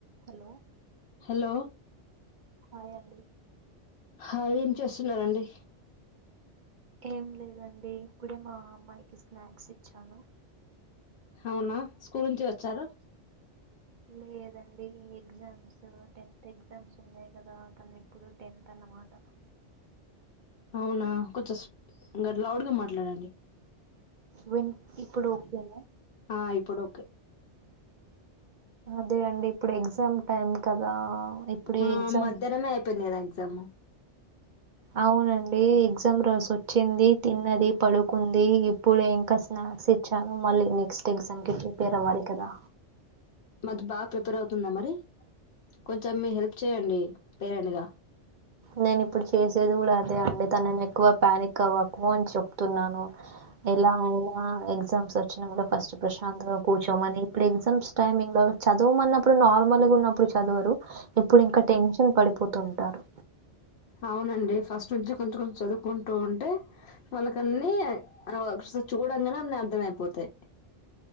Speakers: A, on the right; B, on the left.
A: Hello
B: hello
A: అ అ
B: ఆ ఏం చేస్తున్నండి
A: ఏం లేదండి ఇప్పుడే మా అమ్మాయికి స్నాక్స్ ఇచ్చాను.
B: అవునా స్కూల్ నుంచి వచ్చారు
A: లేదండి ఈ ఎగ్జామ్స్ టెన్త్ ఎగ్జామ్స్ ఉన్నాయి కదా అ తను ఎప్పుడు టెన్త్ అన్నమాట.
B: అవునా కొంచెంం లౌడ్గా మాట్లాడండి.
A: విన్ ఇప్పుడు ఓకేనా
B: ఆ ఇప్పుడు ఓకే
A: అదే అండి ఇప్పుడు ఎగ్జామ్ టైమ్ కదా ఇప్పుడే
B: ఆ
A: ఎగ్జామ్
B: మధ్యాహ్నమే అయిపోయిందిదా సమ
A: అవునండి ఎగ్జామ్ రోజొచ్చింది తిన్నది పడుకుంది ఇప్పుడు ఇంకా స్నాక్స్ ఇచ్చాను మళ్ళీ నెక్స్ట్ ఎగ్జామ్కి చూపేరవ్వాలి కదా.
B: మాది బాగా ప్రిపేర్ అవుతుందా మరి కొంచెం మీ హెల్ప్ చేయండి పేరెంట్గా.
A: నేను ఇప్పుడు చేసేది కూడా అదే అండి తను నేను ఎక్కువ ప్యానిక్ అవ్వకు అని చెప్తున్నాను. ఎలా ఎలా ఎగ్ ఎగ్జామ్స్ వచ్చినా కూడా ఫస్ట్ ప్రశాంత్ కూర్చోమని ఇప్పుడు ఎగ్జామ్స్ టైమి లో చదవ అన్నప్పుడు నార్మల్ గా ఉన్నప్పుడు చదవరు. ఇప్పుడు ఇంకా టెన్షన్ పడిపోతు. తంటారు
B: అవునండి ఫస్ట్ నుంచి కొంచెం కొంచెం చదువుకుంటూ ఉంటే వాళ్ళక అన్ని ఒకసారి చూడంగానే అన్ని అర్థం అయిపోతాయి.